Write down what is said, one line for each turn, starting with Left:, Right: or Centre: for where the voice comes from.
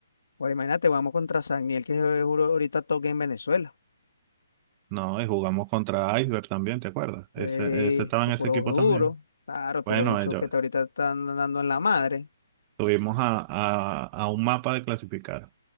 Left: bueno, imagínate, vamos contra Sagniel, que es juro- ahorita toque en Venezuela.
Right: No, y jugamos contra Iceberg también, ¿te acuerdas? Ese,
Left: Eh,
Right: ese estaba
Left: son
Right: en ese
Left: puros
Right: equipo
Left: duros,
Right: también.
Left: claro,
Right: Bueno,
Left: puros bichos
Right: ellos
Left: que te ahorita están dando en la madre
Right: tuvimos a, a, a un mapa de clasificar.